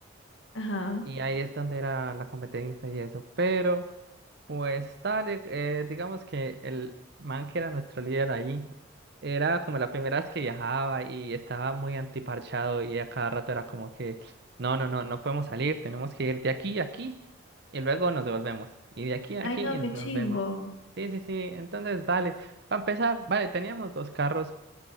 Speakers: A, on the left; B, on the right.
A: Ajá,
B: Y ahí es donde era la competencia y eso. Pero, pues, dale, eh, digamos que el man que era nuestro líder ahí, era como la primera vez que viajaba y estaba muy antiparchado y a cada rato era como que, no, no, no, no podemos salir, tenemos que ir de aquí a aquí y luego nos devolvemos. Y de aquí a
A: Ay,
B: aquí
A: no,
B: y nos
A: qué
B: devolvemos.
A: chimbo.
B: Sí, sí, sí, entonces, dale, para empezar, vale, teníamos dos carros.